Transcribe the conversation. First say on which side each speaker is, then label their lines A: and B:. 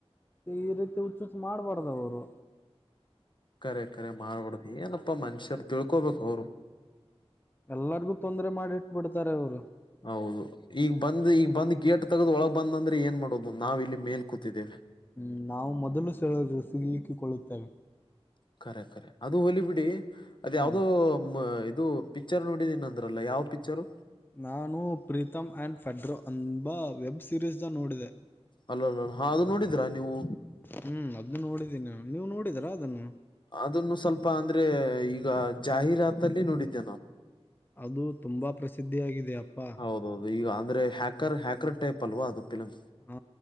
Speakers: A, on the left (about 20°); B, on the left (about 50°).
A: ಈ ರೀತಿ ಹುಚ್ಚುಚ್ಚ ಮಾಡ್ಬಾರ್ದ ಅವರು
B: ಕರೆ ಕರೆ ಮಾಡ್ಬಡ್ದ ಏನಪ್ಪಾ ಮನುಷ್ಯರು ತಿಳ್ಕೋಬೇಕು ಅವ್ರು
A: ಎಲ್ಲರಿಗು ತೊಂದರೆ ಮಾಡಿ ಇಟ್ ಬಿಡ್ತಾರೆ ಇವ್ರು
B: ಹೌದು ಈಗ ಬಂದ್ ಈಗ ಬಂದ್ ಗೇಟ್ ತಗದ್ ಒಳಗ್ ಬಂದಂದ್ರೆ ಏನ್ ಮಾಡೋದು ನಾವ್ ಇಲ್ಲಿ ಮೇಲ್ ಕೂತಿದ್ದೇವೆ.
A: ಹ್ಮ್ ನಾವು ಮೊದಲು ಸಳ ಸಿಲೀಕಿಕೊಳ್ಳುತ್ತೇವೆ.
B: ಖರೆಖರೆ ಅದು ಹೋಗ್ಲಿ ಬಿಡಿ ಅದ
A: ಹ್ಮ್
B: ಯಾವ್ದೋ ಇದು ಪಿಕ್ಚರ್ ನೋಡಿದೀನೀ ಅಂದ್ರಲ್ಲ ಯಾವ ಪಿಕ್ಚರು?
A: ನಾನು ಪ್ರೀತಮ್ ಆ್ಯಂಡ್ ಫೆಡ್ರೋ ಎಂಬ ವೆಬ್ ಸಿರೀಸ್ ನೋಡಿದೆ.
B: ಅಲ್ಲ ಅಲ್ಲ ಹಾ ಅದು ನೋಡಿದ್ರಾ ನೀವು?
A: ಹ್ಮ್ ಅದನ್ನು ನೋಡಿದೀನಿ ನೀವು ನೋಡಿದ್ರಾ ಅದನ್ನು
B: ಅದನ್ನು ಸ್ವಲ್ಪ ಅಂದ್ರೆ ಈಗ ಜಾಹೀರಾತಲ್ಲಿ ನೋಡಿದ್ದೆ ನಾನು.
A: ಅದು ತುಂಬಾ ಪ್ರಸಿದ್ಧಿ ಆಗಿದೆ ಯಪ್ಪಾ.
B: ಹೌದೌದು ಈಗ ಅಂದ್ರೆ ಹ್ಯಾಕರ್ ಹ್ಯಾಕರ್ ಟೈಪ್ ಅಲ್ವಾ ಅದು ಫಿಲ್ಮ್.
A: ಹಾ